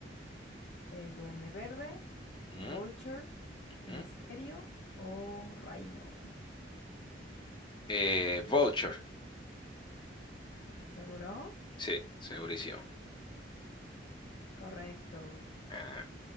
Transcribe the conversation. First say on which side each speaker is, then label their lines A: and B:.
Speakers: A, on the left (about 60°); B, on the left (about 25°).
A: el Duende Verde,
B: Ujú,
A: Vulture,
B: ujú.
A: Misterio o Rhino?
B: Eh, Vulture.
A: ¿Seguro?
B: Sí, segurísimo.
A: Correcto.
B: Ah,